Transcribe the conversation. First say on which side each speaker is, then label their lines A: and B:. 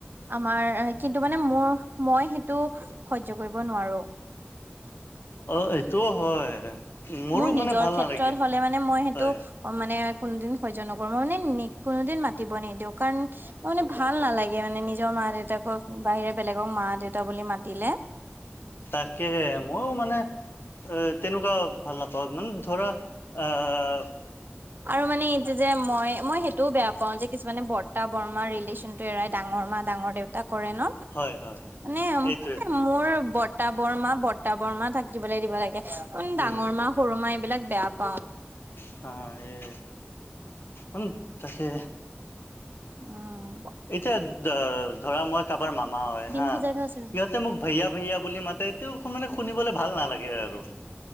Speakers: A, on the right; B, on the left.
A: আমাৰ কিন্তু মানে মোৰ মই সেইটো সহ্য কৰিব নোৱাৰো।
B: অ এইটোও হয়। মোৰো
A: মোৰ নিজৰ
B: মানে ভাল
A: ক্ষেত্ৰত
B: নালাগে
A: হলে মানে মই সেইটো
B: হয়।
A: অ মানে কোনোদিন সহ্য নকৰো, মই মানে কোনোদিন মাতিব নিদিও কাৰণ মানে ভাল নালাগে মানে নিজৰ মা দেউতাকক বাহিৰে বেলেগক মা দেউতা বুলি মাতিলে।
B: তাকে মইও মানে এ তেনেকোৱা ভাল নাপাও মানে ধৰা আহ
A: আৰু মানে এতিয়া যে মই মই সেইটোও বেয়া কওঁ যে কিছুমানে বৰ্তা বৰমা ৰিলেশ্যন টো এৰাই ডাঙৰ মা ডাঙৰ দেউতা কৰে ন।
B: হয়, হয়,
A: মানে এ
B: এইটোৱেটো
A: মোৰ ব ৰ্তা বৰমা বৰ্তা বৰমা থাকিবলে দিব লাগে, উ
B: উম।
A: ডাঙৰ মা সৰু মা এইবিলাক বেয়া পাও।
B: হা এই উ তাকে
A: উম।
B: এতিয়া ধ ধৰা মই কাবাৰ মামা হয়
A: ডিম
B: হা,
A: সিজাই থোৱা আছে
B: সিহঁ তে মোক ভাইয়া ভাইয়া বুলি মাতে তে মানে শুনিবলে ভাল নালাগে আৰু।